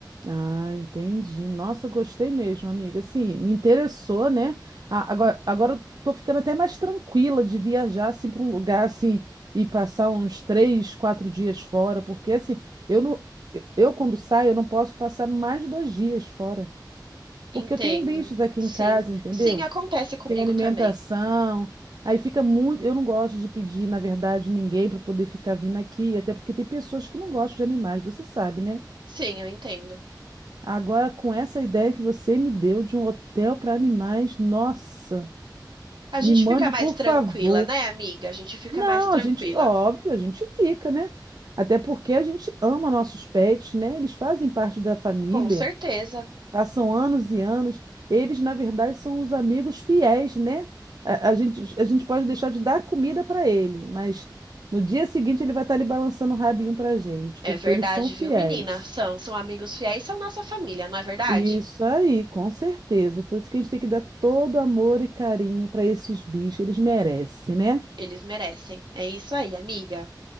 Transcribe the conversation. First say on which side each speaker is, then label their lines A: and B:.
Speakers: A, on the right (about 60°); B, on the right (about 80°).
A: Ah, entendi. Nossa, gostei mesmo, amiga. Assim, me interessou, né? A- Agora, agora eu tô ficando até mais tranquila de viajar assim para um lugar assim e passar uns três, quatro dias fora, porque assim, eu não, eu quando saio eu não posso passar mais de dois dias fora, porque
B: Entendo.
A: eu tenho bichos aqui
B: Sim,
A: em casa, entendeu?
B: sim, acontece comigo
A: Tem alimentação,
B: também.
A: aí fica muito. Eu não gosto de pedir, na verdade, ninguém para poder ficar vindo aqui, até porque tem pessoas que não gostam de animais, você sabe, né?
B: Sim, eu entendo.
A: Agora, com essa ideia que você me deu de um hotel para animais, nossa,
B: A
A: me
B: gente
A: mande,
B: fica mais
A: por
B: tranquila,
A: favor.
B: né, amiga? A gente fica
A: Não,
B: mais tranquila.
A: a gente, óbvio, a gente fica, né? Até porque a gente ama nossos pets, né? Eles fazem parte da família,
B: Com certeza.
A: passam anos e anos. Eles, na verdade, são os amigos fiéis, né? A, a gente, a gente pode deixar de dar comida para ele, mas no dia seguinte ele vai estar ali balançando o rabinho para gente,
B: É
A: porque
B: verdade,
A: eles são fiéis.
B: viu, menina? São, são amigos fiéis, são nossa família, não é verdade?
A: Isso aí, com certeza. Por isso que a gente tem que dar todo amor e carinho para esses bichos, eles merecem, né?
B: Eles merecem. É isso aí, amiga.